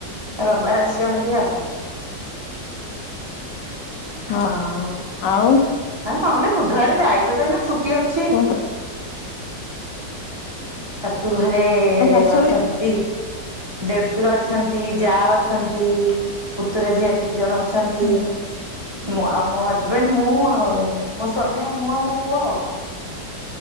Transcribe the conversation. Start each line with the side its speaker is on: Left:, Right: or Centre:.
Right: ରବିବାର ଆସିବ ଭାରି ଆଉ।
Left: ହଁ
Right: ହଁ
Left: ଆଉ
Right: ଆ ନହେଲେ ବୁଧବାରେ ଯାଇଛ ତ ଏଇନା ଛୁ ଟି ଅଛି।
Left: ତମ
Right: ଶାଶୁ ଘ ରେ
Left: ଶାଶୁଘରେ
Right: ଅଛନ୍ତି ଦେଢଶୁର। ଛନ୍ତି ଯା ଅଛନ୍ତି ପୁତୁରା ଝିଆରି ଦି ଜଣ ଅ ଛନ୍ତି
Left: ହୁଁ
Right: ମ ଆଉ ମ ହଜବ୍ୟାଣ୍ଟ ମୁଁ ଆଉ ମୋ ସ୍ବାମୀ ଆଉ ମୁଁ ଆଉ ମୋ ପୁଅ ଆଉ।